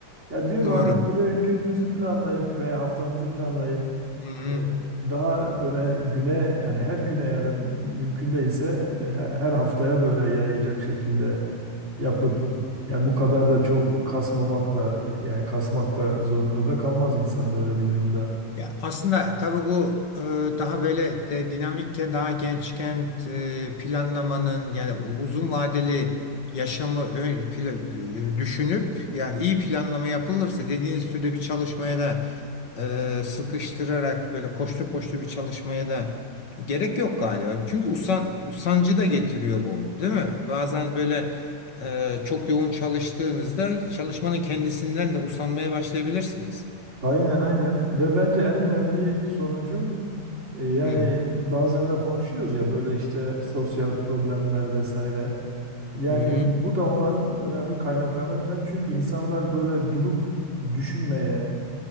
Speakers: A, on the right; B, on the left.
A: Ya diyorum
B: Doğru.
A: hani günü gününüzü planlayıp veya haftanızı planlayıp
B: Hı hı.
A: e, daha böyle güne yani her güne ya da mümkün değilse e, he- her haftaya böyle yayacak şekilde yapıp yani bu kadar da çok kasmamak da yani kasmak da zorunda da kalmaz insan böyle bir durumda.
B: Ya aslında tabii bu e, daha böyle de dinamikken daha gençken e, planlamanın yani uzun vadeli yaşamı ö- pla- e, düşünüp yani iyi planlama yapılırsa dediğiniz türde bir çalışmaya da e, sıkıştırarak böyle koştur koştur bir çalışmaya da gerek yok galiba. Çünkü usan, usancı da getiriyor bu, değil mi? Bazen böyle e, çok yoğun çalıştığınızda çalışmanın kendisinden de usanmaya başlayabilirsiniz.
A: Aynen aynen ve bence en önemli sonucu e, yani
B: Hı.
A: bazen de konuşuyoruz ya böyle işte sosyal problemler vesaire. Yani
B: Hı hı.
A: bu da onların önemli kaynaklarından bir tanesi. Çünkü insanlar böyle durup düşünmeye